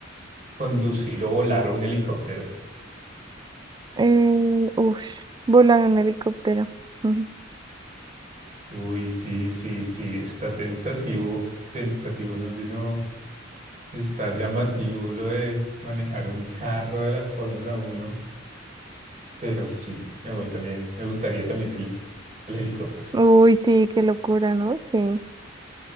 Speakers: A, on the right; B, on the right.
A: conducir o volar un helicóptero?
B: Eh, ush, volar en helicóptero. Ujú.
A: Uy, sí, sí, sí, está tentativo, tentativo, no, sino está llamativo lo de manejar un carro de la Fórmula uno Pero sí, me voy también, me gustaría también el, el helicóptero.
B: Uy, sí, qué locura, ¿no? Sí,